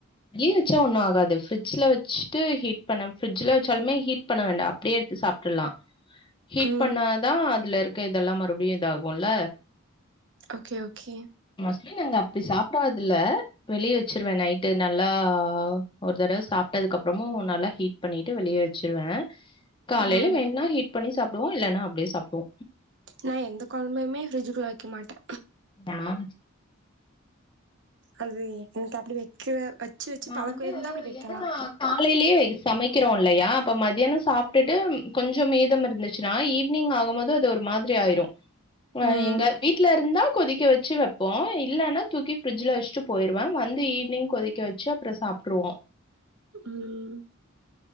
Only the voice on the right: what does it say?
ம்
ஓகே ஓகே
ம்
நா எந்த கொழம்பையுமே ஃப்ரிட்ஜுக்குள்ள வைக்க மாட்டே
அது எனக்கு அப்டி வைக்க வச்சு வச்சு
பழக்கோ
இருந்தா அப்டி வைக்கலா
ம்
ம்